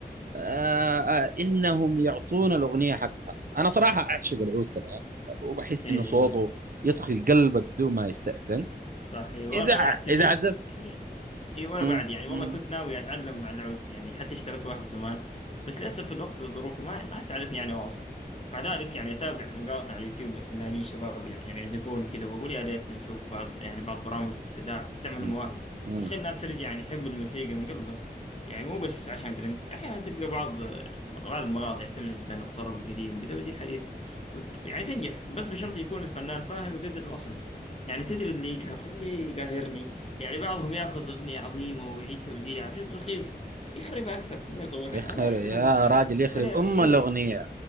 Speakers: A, on the right; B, on the left.
A: آه، آه، انهم يعطونا الاغنيه حقها انا صراحه اعشق العود كمان وبحس
B: إيه
A: انه صوته
B: إيه.
A: يدخل قلبك بدون ما يستأذن
B: صحيح وانا
A: اذا ع-
B: بعد تدري
A: اذا عزف
B: يعني اي وانا
A: مم،
B: بعد يعني والله
A: مم،
B: كنت ناوي اتعلم على العود يعني حتى اشتغلت واحد زمان بس للاسف الوقت والظروف ما ما ساعدتني يعني اواصل مع ذلك يعني اتابع مقاطع على اليوتيوب لفنانين شباب يعني يعني يعزفون كذا واقول يا ريتنا نشوف بعض يعني بعض برامج تدع- تعمل
A: مم،
B: المواهب
A: مم.
B: وتخلي الناس ترجع يعني يحب الموسيقى من قلبها يعني مو بس عشان ترند احيانا تلقى بعض بعض المقاطع تمزج بين الطرب القديم بتوزيع حديث وت... يعني تنجح بس بشرط يكون الفنان فاهم ويقدر الاصل يعني تدري اللي يقهر اللي يقاهرني يعني بعضهم ياخذ أغنية عظيمة ويعيد توزيعها بشكل رخيص يخربها أكثر مما يطورها
A: يخرب
B: ولا يحترم
A: يا
B: المستمع
A: راجل يخرب
B: ولا
A: ام
B: إيه
A: الاغنيه